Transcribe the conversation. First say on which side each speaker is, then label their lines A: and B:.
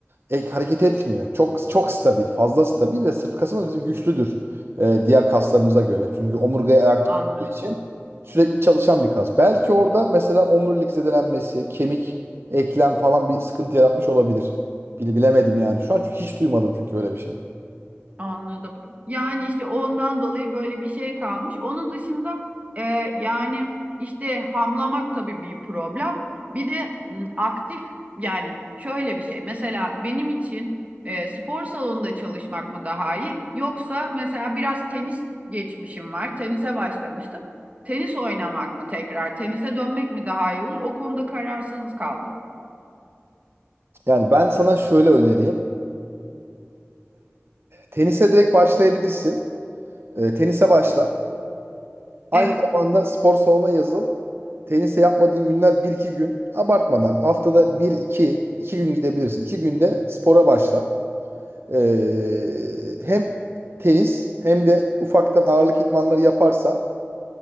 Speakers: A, on the right (about 60°); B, on the right (about 30°).
A: ek, hareket etmiyor. Çok çok stabil, fazla stabil ve sırt kasımız bizim güçlüdür e, diğer kaslarımıza göre. Çünkü omurgayı ayakta
B: Anladım.
A: tuttuğu için sürekli çalışan bir kas. Belki orada mesela omurilik zedelenmesi, kemik eklem falan bir sıkıntı yaratmış olabilir. Bile- Bilemedim yani. Şu an hiç duymadım çünkü öyle bir şey.
B: Anladım. Yani işte ondan dolayı böyle bir şey kalmış. Onun dışında e, yani işte hamlamak tabii bir problem. Bir de m, aktif yani şöyle bir şey. Mesela benim için e, spor salonunda çalışmak mı daha iyi? Yoksa mesela biraz tenis geçmişim var. Tenise başlamıştım. Tenis oynamak mı tekrar? Tenise dönmek mi daha iyi olur? O konuda kararsız kaldım.
A: Yani ben sana şöyle öneriyim. Tenise direkt başlayabilirsin. Ee, tenise başla. Aynı
B: Evet,
A: zamanda spor salonuna yazıl. Tenise yapmadığın günler bir iki gün. Abartmadan haftada bir iki iki gün gidebilirsin. 2 günde spora başla. Ee, hem tenis hem de ufaktan ağırlık idmanları yaparsan